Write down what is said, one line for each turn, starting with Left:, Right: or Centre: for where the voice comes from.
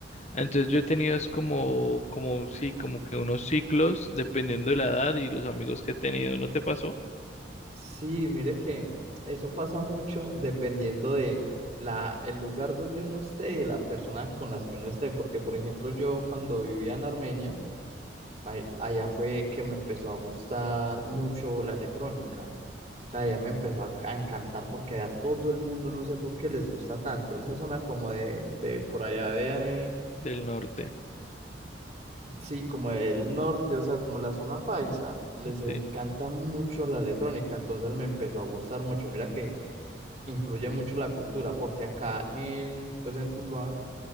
Left: Entonces yo he tenido es como, como, sí, como que unos ciclos dependiendo de la edad y los amigos que he tenido. ¿No te pasó?
Right: Sí, mire que eso pasa mucho dependiendo de la, el lugar donde uno esté y la persona con las que uno esté. Porque, por ejemplo, yo cuando vivía en Armenia, Ahí- Allá fue que me empezó a gustar mucho la electrónica. O sea, ya me empezó a, a encantar porque a todo el mundo no sé por qué les gusta tanto. Esa zona como de, de por allá de, eh,
Left: Del norte.
Right: sí, como del norte, o sea, como la zona paisa, les encanta
Left: Sí.
Right: mucho la electrónica. Entonces me empezó a gustar mucho. Mira que influye mucho la cultura porque acá en, pues en Tuluá,